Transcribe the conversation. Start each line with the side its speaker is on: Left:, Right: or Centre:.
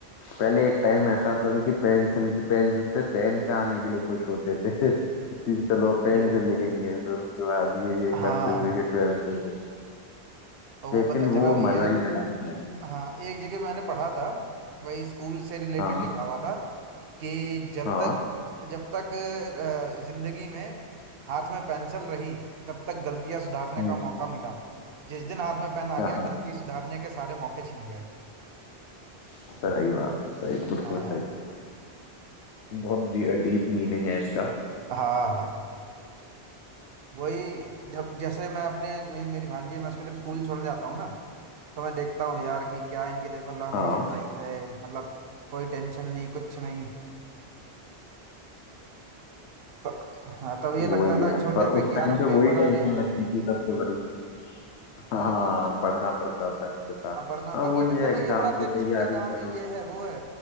Right: हाँ
Left: पहले एक टाइम ऐसा था कि पेंसिल पेंसिल से पेन पे आने के लिए खुश होते थे <laughs> कि चलो
Right: सही
Left: पेन
Right: है
Left: से लिखेंगे फिर उसके बाद ये ये
Right: हाँ
Left: करते हुए कि ट्वेल्थ दे गई
Right: तो वो
Left: लेकिन
Right: पता चला
Left: वो
Right: भैया
Left: मजा ही अलग था
Right: हाँ एक जगह मैंने पढ़ा था वही स्कूल से रिलेटेड
Left: हाँ
Right: लिखा हुआ था कि जब
Left: हाँ
Right: तक जब तक अ, जिंदगी में हाथ में पेंसिल रही तब तक गलतियां सुधारने
Left: हम्म,
Right: का मौका मिला जिस दिन हाथ में पेन आ गया
Left: हाँ हाँ
Right: गलती सुधारने के सारे मौके छिन गए
Left: सही बात है सही बिल्कुल
Right: हाँ
Left: सही बहुत डीप मीनिंग है इसका
Right: हाँ वही जब जैसे मैं अपने मे, मेरी भांजी है मैं उसको जब स्कूल छोड़ने जाता हूँ ना तो मैं देखता हूँ यार कि क्या इनकी देखो ला, मस्त
Left: हाँ
Right: लाइफ है मतलब कोई टेंशन नहीं कुछ नहीं तो हाँ तब ये
Left: वही
Right: लगता
Left: है
Right: था छोटे
Left: पर
Right: पे
Left: उस
Right: कि
Left: टाइम
Right: यार अब
Left: पे
Right: पेपर
Left: वही टेंशन
Right: आ रहे हैं
Left: लगती थी सबसे बड़ी हाँ
Right: हैं
Left: पढ़ना पड़ता था ये था
Right: अब पढ़ना
Left: हाँ
Right: तब
Left: वो
Right: ये लगता
Left: ये एग्जाम
Right: था ये बड़ा टेंशन
Left: की तैयारी
Right: का काम
Left: करो
Right: है ये है वो है